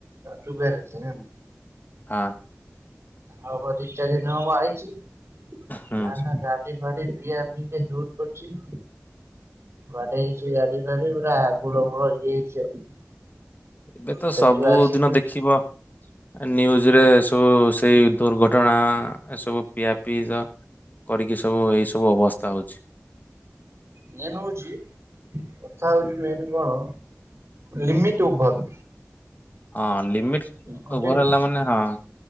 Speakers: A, on the right; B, on the left.
A: ଦୁବାଇ <unintelligible>
B: ଆ।
A: ଆ ହବ ଦି ଚାର୍ ଦିନ ହବ ଆଇଚି
B: ହୁଁ
A: ଗାଡି ଫାଡି ପିଆ ପିଇ ଏ ଦୋର କରଛି। ମାଡ ହେଇଛି ଗାଡି ଫାଡି ପୁରା ଆ ଗୋଡ ଫୋଡ଼ ଇଏ ହେଇଛି ଆଉ।
B: ଏବେ ତ
A: ସେଠୁ
B: ସବୁଦିନ
A: ଆସିକି
B: ଦେଖିବ। ନ୍ୟୁଜ୍ ରେ ସବୁ ସେଇ ଦୁର୍ଘଟଣା ଏ ସବୁ ପିଆପି କରିକି ସବୁ ଏଇ ସବୁ ଅବସ୍ଥା ହଉଛି।
A: ମେନ୍ ହଉଛି କଥା ହଉଛି ମେନ୍ କଣ ଲିମଟ୍ ଓଭର୍।
B: ହଁ ଲିମିଟ୍
A: ଗୋଟେ
B: ଓଭର୍ ହେଲା ମାନେ ହଁ।